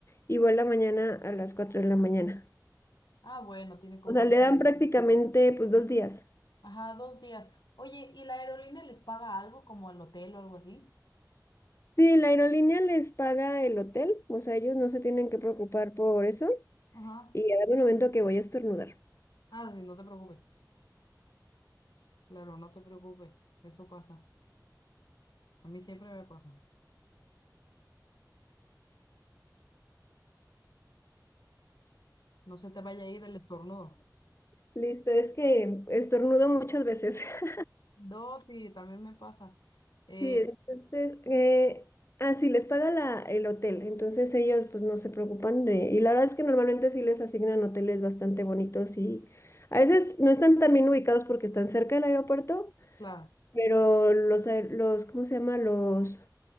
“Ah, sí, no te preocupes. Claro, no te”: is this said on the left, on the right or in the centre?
Left